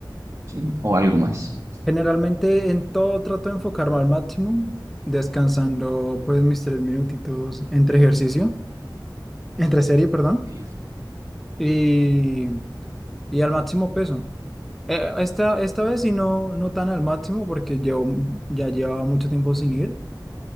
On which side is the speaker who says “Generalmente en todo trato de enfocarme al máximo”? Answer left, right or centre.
Centre